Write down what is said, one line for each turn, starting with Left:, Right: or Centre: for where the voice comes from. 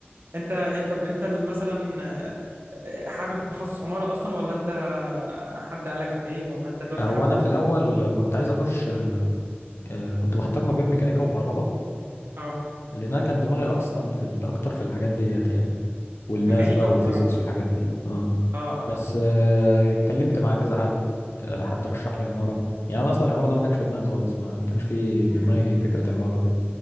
Right: انت انت انت ال- مثلا آه، حابب تخصص عماره اصلا ولا انت حد قالك عليه ولا انت دلوقتي
Left: هو
Right: حابه
Left: انا
Right: ولا
Left: في الاول كنت عايز اخش آه، كنت محتار ما بين ميكانيكا وكهرباء
Right: اه
Left: لان انا كان دماغي اصلا في ال- اكتر في الحاجات ديت يعني والماس
Right: ميكانيكا
Left: بقى
Right: وكهرباء
Left: والفيزيكس والحاجات دي اه
Right: اه اه
Left: بس آه، اتكلمت مع كذا حد آه، حد رشح لي عمارة يعني انا اصلا العمارة ده ما كانش في دماغي خالص ما كانش في في
Right: امم
Left: دماغي فكرة عمارة دي